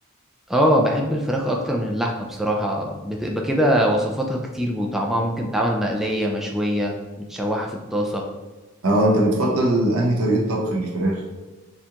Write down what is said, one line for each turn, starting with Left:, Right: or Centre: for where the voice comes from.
Centre: اه بحب الفراخ اكتر من اللحمه بصراحه بتبقى كده وصفاتها كتير وطعمها ممكن تعمل مقليه مشويه متشوحه في الطاسه
Right: اه انت بتفضل انهي طريقة طبخ للفراخ